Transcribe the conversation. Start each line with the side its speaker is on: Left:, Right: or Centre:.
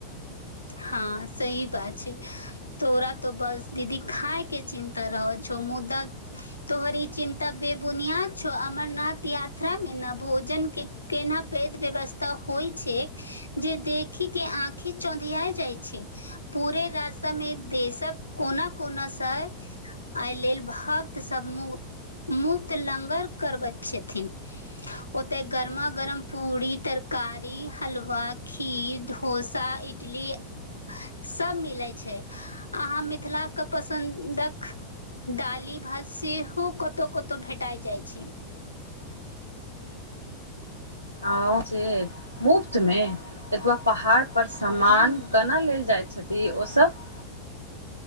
Left: हाँ सही बात छै। तोरा तो बस दीदी खाायके चिन्ता रहौ छौ मुदा तोहर इ चिन् ता बेबुनियाद छौ अमरनाथ यात्रामे ने भोजन के केना पैघ व्यवस ता होइ छै जे देखि के आँखि चौधयै त जाइ छै पूरे रास्तामे देशक कोना कोनासँ ऐलेल भक्त सब मु मुक्त लगर करबैत छथिन। ओते गर्मा गरम पूड़ी तरकारी हलवा खीर डोसा इट इटली सभ मिलै छै अहाँ मिथिलाके पसन्दक डाली भात सेहो कतहुँ कतौ भेटाइ जाइ छै।
Right: ओ जे मुफ्त मे एतबा पहाड़ पर समान
Left: हन
Right: केना लेल जाइ छथि ओसभ?